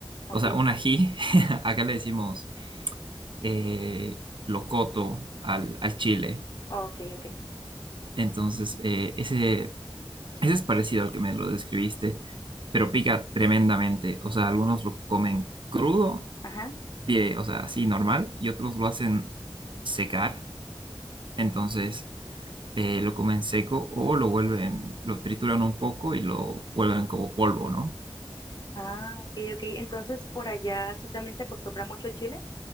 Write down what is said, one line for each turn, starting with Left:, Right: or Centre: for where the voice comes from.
Left: ok,
Right: O sea, un ají, <laughs> acá le decimos eh, locoto al, al chile.
Left: ok, ok.
Right: Entonces, eh, ese, ese es parecido al que me lo describiste, pero pica tremendamente. O sea, algunos lo comen crudo
Left: Ajá.
Right: dire- o sea, así normal, y otros lo hacen secar. Entonces, eh, lo comen seco o lo vuelven, lo trituran un poco y lo vuelven como polvo, ¿no?
Left: Ah, ok, ok. Entonces, por allá sí también se acostumbra mucho el chile.